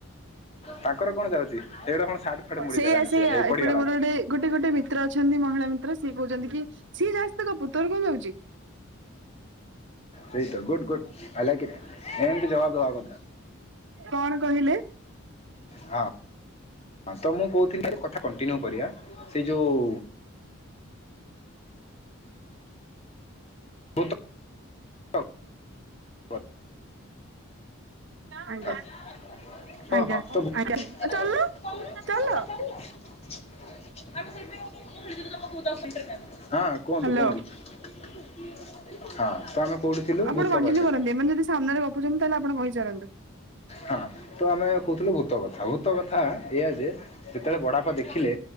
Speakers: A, on the left (about 30°); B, on the right (about 55°).
A: ତାଙ୍କର କଣ ଯାଉଛି ଏଗୁଟା କଣ ସାର୍ଟ ଫାଟ ମୁଡି
B: ସେଇଆ
A: ଦେଲାଣି
B: ସେଇଆ
A: ସେ ହେଇ ପଡିଗଲା
B: ଏପଟେ ମୋର ଗୋଟେ ଗୋଟେ ଗୋଟେ ମି ମିତ୍ର ଅଛନ୍ତି ମହିଳା ମିତ୍ର ସିଏ କହୁଛନ୍ତି କି ସିଏ ଯାହା ସହିତ ଗପୁ ତୋର କଣ ଯାଉଛି?
A: ସେଇ ତ good good. I like it. ଏମିତି ଜବାବ ଦବା କଥା
B: କଣ କହିଲେ?
A: ହଁ। ହଁ ତ ମୁଁ କହୁଥିଲି କଥା କଣ୍ଟିନ୍ୟୁ କରିବା ସେଇ ଯୋଉ <unintelligible> <unintelligible>
B: ଆଜ୍ଞା
A: ହଁ
B: ଆଜ୍ଞା ଆଜ୍ଞା ଚାଲୁନ
A: କୁହନ୍ତୁ
B: ଚାଲ
A: କୁହନ୍ତୁ? ହଁ ତ
B: ହ୍ୟାଲୋ
A: ଆମେ କୋଉଠି ଥିଲୁ
B: ଆପଣ
A: ଭୂତ
B: କଣ୍ଟିନ୍ୟୁ
A: ପାଖରେ
B: କରନ୍ତୁ ଏମାନେ ଯଦି ସାମ୍ନାରେ ଗପୁଛନ୍ତି ତାହେଲେ ଆପଣ କହିଚାଲନ୍ତୁ।
A: ହଁ। ତ ଆମେ କହୁଥିଲେ ଭୂତ କଥା। ଭୂତ କଥା ଏଇଆ ଯେ ଯେତେବେଳେ ବଡବାପା ଦେଖିଲେ